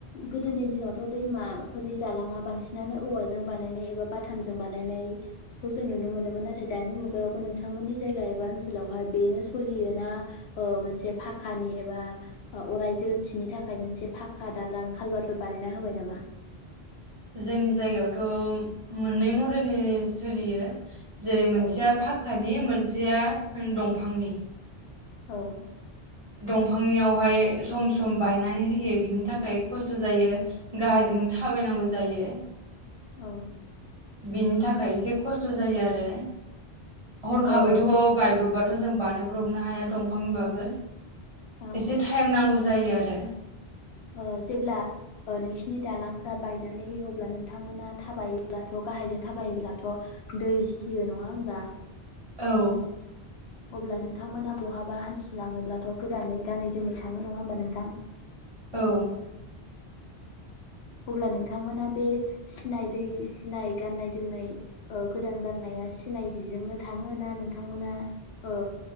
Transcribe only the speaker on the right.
जोंनि जायगायावथ मोननै मदेलनि सोलियो जेरै मोनसेया
फाखानि मोनसेया ओम दंफांनि
दंफांनियावहाय सम सम बायनानै होयो बिनि थाखाय खस्थ जायो गाहायजोंनो थाबायनांगौ जायो।
बिनि थाखाय एसे खस्थ जायो आरो। हरखाबैथ'
बायब्रबबाथ' थ' जों बानायब्रबनो हाया दंफांनिबाबो।
एसे थाइम नांगौ जायो आरो।
औ
औ